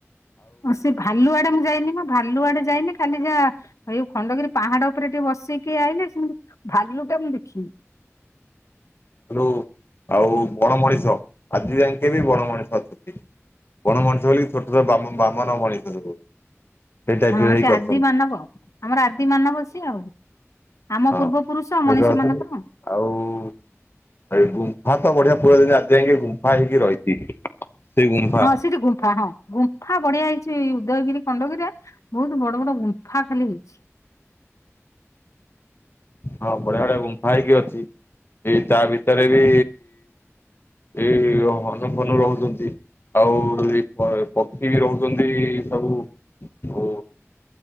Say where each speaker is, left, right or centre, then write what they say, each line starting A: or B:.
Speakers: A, on the left; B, on the left.
A: ସେ ଭାଲୁ ଆଡେ ମୁଁ ଯାଇନି ନା ଭାଲୁ ଆଡେ ଯାଇନି ଖାଲି ଯାହା ଆଉ ଏଉ ଖଣ୍ଡଗିରି ପାହାଡ ଉପରେ ଟିକେ ବସିକି ଆଇଲି, ସେମିତି ଭାଲୁ ଟା ମୁଁ ଦେଖିନି।
B: ହାଲୁ ଆଉ ବଣ ମଣିଷ ଆଜି ଜାଙ୍କେ ବି ବଣ ମଣିଷ ଅଛନ୍ତି। ବଣ ମଣିଷ ବୋଲି ଛୋଟ-ଛୋଟ ବାମନ ମଣିଷ ସବୁ। ସେଇ ଟାଇପ୍
A: ହଁ
B: ର ହେଇକି
A: ସେ ଆଦି
B: ଅଛନ୍ତି।
A: ମବ ଆମର ଆଦି ମାନବ ସିଏ ଆଉ। ଆମ
B: ହଁ
A: ପୂର୍ବ ପୁରୁଷ
B: ସେଗୁରା
A: ମଣିଷ
B: ଅଛନ୍ତି
A: ମାନଙ୍କର
B: ଆଉ ଗୁମ୍ଫା ତ ବଢିଆ ପୁରା ଦିନ ଆଜି ଯାଇକି ଗୁମ୍ଫା ହେଇକି ରହିଛି। ସେଇ ଗୁମ୍ଫା
A: ହଁ ସେଠି ଗୁମ୍ଫା ହଁ। ଗୁମ୍ଫା ବଢିଆ ହେଇଛି ଉଦୟଗିରି ଖଣ୍ଡଗିରିରେ ବହୁତ ବଡ ବଡ ଗୁମ୍ଫା ଖାଲି ହେଇଛି।
B: ହଁ ବଢିଆ ବଢଆ ଗୁମ୍ଫା ହେଇକି ଅଛି ଏଇ ତା ଭିତରେ ବି ଏଇ ହନୁ ଫନୁ ରହୁଛନ୍ତି। ଆଉ ପକ୍ଷୀ ବି ରହୁଛନ୍ତି ସବୁ ଆ